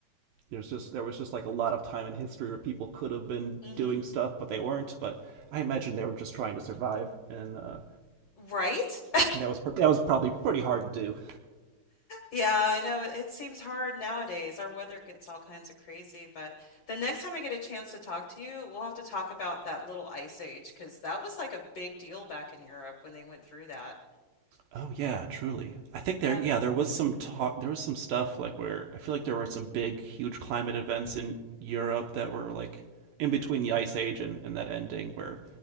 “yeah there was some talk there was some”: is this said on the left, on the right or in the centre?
Right